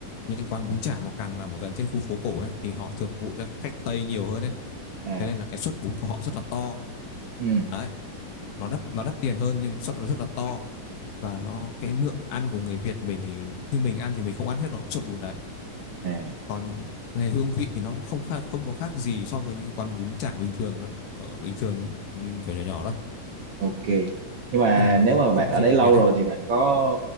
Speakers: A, on the left; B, on the right.
A: những cái quán bún chả mà càng nằm ở gần trên khu phố cổ ấy thì họ thường phục vụ cho khách Tây nhiều hơn ấy.
B: à
A: Thế nên là cái suất bún của họ rất là to.
B: ừ
A: Đấy, nó đắt nó đắt tiền hơn nhưng suất nó rất là to và nó cái lượng ăn của người Việt mình thì như mình ăn thì mình không ăn hết nổi suất bún đấy.
B: à
A: còn về hương vị thì nó cũng không khác, không có khác gì so với những cái quán bún chả bình thường đâu. ở bình thường ừ, kiểu nhỏ nhỏ đâu
B: ok nhưng mà
A: nên là nó không,
B: nếu mà bạn
A: không có
B: ở
A: gì
B: đây
A: đặc
B: lâu
A: biệt đấy
B: rồi thì bạn có